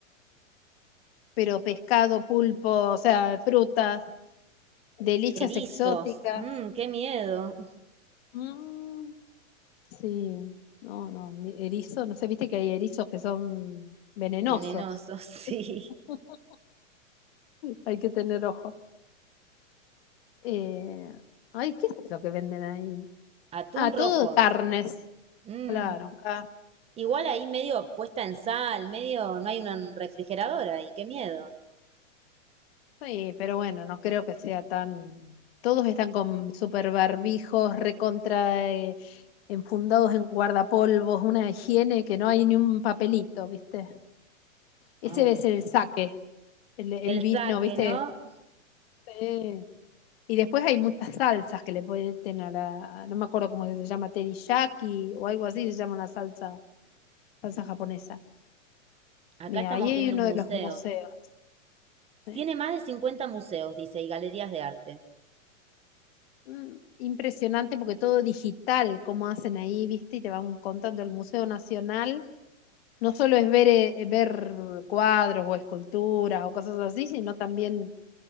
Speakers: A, on the left (about 50°); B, on the right (about 15°).
A: Pero pescado, pulpo, o sea, frutas, delicias
B: Erizos,
A: exóticas.
B: mmm, qué miedo.
A: Mm, sí. No, no. mi- Erizo, no sé, viste que hay erizos que son venenosos.
B: Venenosos, <laughs> sí.
A: <laughs> Hay que tener ojo. Eh, ay, ¿qué es eso que venden ahí?
B: Atún
A: Ah, todo
B: rojo,
A: carnes,
B: mmm.
A: claro. Acá.
B: Igual ahí medio puesta en sal, medio no hay un refrigerador ahí, qué miedo.
A: Sí, pero bueno, no creo que sea tan... Todos están con super barbijos, recontra, eh, enfundados en guardapolvos, una higiene que no hay ni un papelito, ¿viste? Ese
B: Ay,
A: debe ser
B: sí.
A: el saque, el, el
B: El
A: vino,
B: saque,
A: ¿viste?
B: ¿no?
A: Sí. Y después hay muchas salsas que le ponen a la... No me acuerdo cómo se llama, teriyaki o algo así, se llama una salsa, salsa japonesa.
B: Acá
A: Mira,
B: estamos
A: ahí hay
B: viendo
A: uno
B: un
A: de
B: museo.
A: los museos. sí.
B: Tiene más de 50 museos, dice, y galerías de arte.
A: Mm, Impresionante porque todo digital, como hacen ahí, ¿viste? Y te van contando el Museo Nacional. No solo es ver, eh, ver cuadros o esculturas o cosas así, sino también